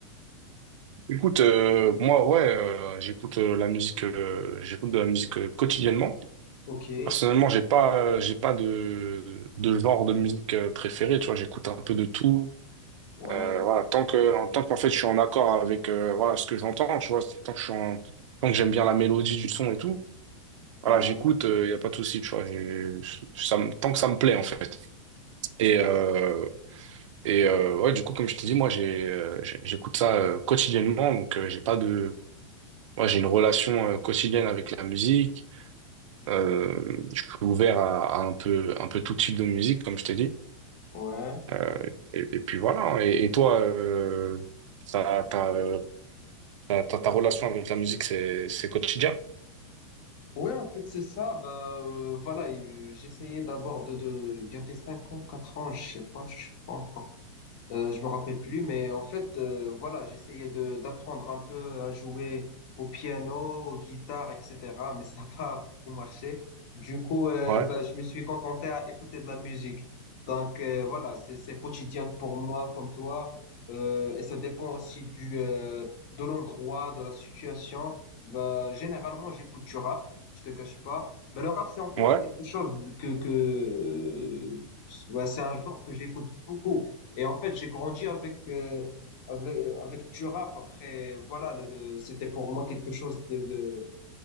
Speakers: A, on the right (about 70°); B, on the left (about 35°).
A: Écoute, euh, moi, ouais, euh, j'écoute euh, la musique, euh, j'écoute de la musique euh, quotidiennement.
B: Ok,
A: Personnellement, j'ai pas, euh, j'ai pas de, de genre de musique euh, préféré. Tu vois, j'écoute un peu de tout.
B: ouais,
A: Euh, voilà, tant que, en tant qu'en fait, je suis en accord avec euh, voilà ce que j'entends. Tu vois, tant que je suis en- tant que j'aime bien la mélodie du son et tout. Voilà,
B: ouais,
A: j'écoute. Il y a pas de souci. Tu vois, j'ai- ça, me- tant que ça me plaît en fait. Et euh, et euh, ouais, du coup, comme je te dis moi, j'ai, euh, j'ai- j'écoute ça euh, quotidiennement. Donc, euh, j'ai pas de Moi, j'ai une relation euh, quotidienne avec la musique. Euh, je suis ouvert à, à un peu, un peu tout type de musique, comme je t'ai dit.
B: ouais.
A: Euh, et, et puis voilà. hein. Et, et toi, euh, ta, ta, euh, ta, ta- ta relation avec la musique, c'est, c'est quotidien?
B: Ouais, en fait, c'est ça. Bah, euh, voilà, et, euh, j'essayais d'abord de, de. J'ai fait 5 ans, 4 ans, je sais pas, je sais pas. Euh, je me rappelle plus, mais en fait, euh, voilà, j'essayais de d'apprendre un peu à jouer au piano, aux guitares, etc. Mais ça n'a <laughs> pas beaucoup marché. Du coup, euh,
A: Ouais.
B: bah, je me suis contenté à écouter de la musique. Donc euh, voilà, c'est c'est quotidien pour moi comme toi, Euh, et ça dépend aussi du euh, de l'endroit, de la situation. Bah, généralement, j'écoute du rap. Je te cache pas. Bah, le rap, c'est en fait
A: Ouais.
B: c'est quelque chose que que euh, ouais, c'est un genre que j'écoute beaucoup et en fait, j'ai grandi avec, euh, avec, avec du rap. Après, voilà, le, le- c'était pour moi quelque chose de, de,